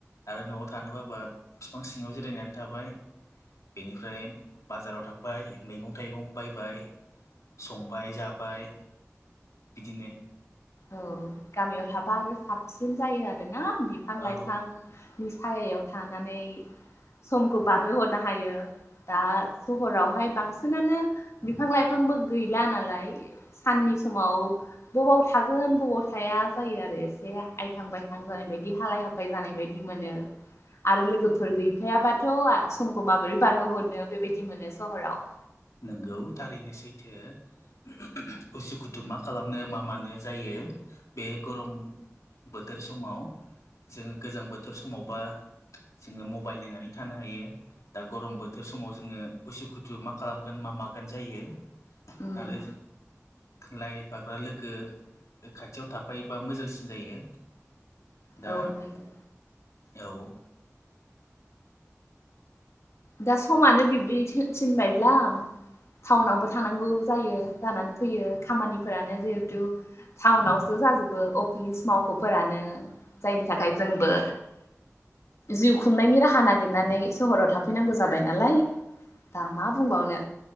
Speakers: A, on the left; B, on the left.
A: आरो न'आव थानोबाबा बिफां सिङाव जिरायनानै थाबाय बेनिफ्राय बाजाराव थांबाय मैगं थाइगं बायबाय संबाय जाबाय बिदिनो
B: औ गामियाव थाबा आरो साबसिन जायो आरोना बिफां लाइफां
A: औ
B: नि सायायाव थानानै समखौ बारहोहरनो हायो दा सहरावहाय बांसिनानो बिफां लाइफांबो गैला नालाय साननि समाव बबाव थागोन बबाव थाया जायो आरो एसे आइखां बायखां जानाय बायदि हालाय हाफाय जानाय बायदि मोनो आरो लोगोफोर गैफायाबाथ' समखौ माबोरै बारहोहरनो बेबायदि मोनो सहराव
A: नोंगौ थारैनो सैथो। <unintelligible> उसु खुथु मा खालामनो मा मानो जायो बे गरम बोथोर समाव जों गोजां बोथोर समावबा जोङो मबाइल नायनानै थानो हायो दा गरम बोथोर समाव जोङो उसुखुथु मा खालामगोन मा मागोन जायो
B: उम
A: आरो रायलायबा बा लोगो खाथियाव थापायोबा मोजांसिन जायो दा
B: औ नंगौ
A: औ।
B: दा समानो बिब्दि थिनबायब्ला टाउनावबो थानांगौ जायो जानानै फैयो खामानिफोरानो जिहेथु टाउनावसो जाजोबो अफिस मावख'फोरानो जायनि थाखाय जोंबो जिउ खुंनायनि राहा नागिरनानै सहराव था फैनांगौ जाबाय नालाय दा मा बुंबावनो